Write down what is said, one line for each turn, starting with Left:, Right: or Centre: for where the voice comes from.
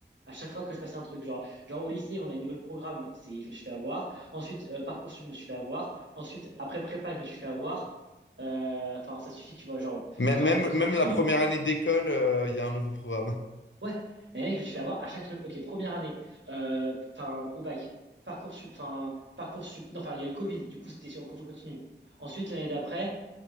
Right: À chaque fois que je passais un truc, genre, genre au lycée, on a une nouvelle programme, c'est, je me suis fait avoir. Ensuite, euh, Parcoursup, je me suis fait avoir. Ensuite, après prépa, je me suis fait avoir. Euh, Enfin, ça suffit, tu vois, genre,
Left: Mê-
Right: genre,
Left: Même,
Right: ok,
Left: même
Right: je
Left: la
Right: te
Left: première
Right: montre
Left: année d'école, euh, il y a un nouveau programme.
Right: Ouais, mais mec, je me suis fait avoir à chaque truc. Ok, première année, euh, enfin au bac, Parcoursup, enfin Parcoursup, non, enfin il y a eu le Covid, du coup c'était sur cours continu. Ensuite, l'année d'après,